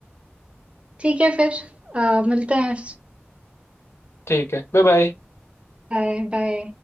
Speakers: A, on the right (about 25°); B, on the left (about 80°).
A: ठीक है फिर अ, मिलते हैं
B: ठीक है Bye bye
A: Bye bye